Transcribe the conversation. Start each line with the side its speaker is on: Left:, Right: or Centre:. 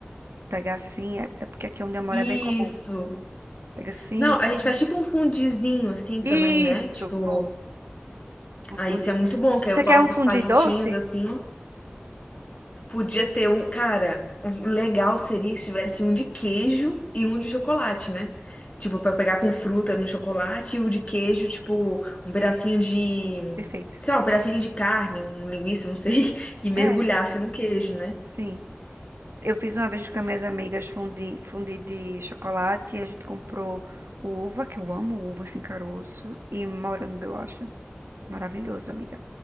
Right: pegar assim. É, é porque aqui onde eu moro
Left: Isso.
Right: é bem comum. Pega assim,
Left: Não, a
Right: come.
Left: gente faz tipo um fundizinho assim
Right: Isso,
Left: também, né? Tipo,
Right: pronto. Um
Left: ah,
Right: fundi.
Left: isso é muito bom, que
Right: Você
Left: aí eu coloco
Right: quer um fundi
Left: os palitinhos
Right: doce?
Left: assim. Podia ter um. Cara, o legal seria se tivesse um de queijo e um de chocolate, né? Tipo, pra pegar com fruta no chocolate e o de queijo, tipo, um pedacinho de.
Right: Perfeito.
Left: Sei lá, um pedacinho de carne, um linguiça, não sei, <laughs> e mergulhasse
Right: É,
Left: no queijo, né?
Right: sim. Eu fiz uma vez com as minhas amigas fundi, fundi de chocolate e a gente comprou uva, que eu amo uva sem caroço, e morango, eu acho. Maravilhoso, amiga.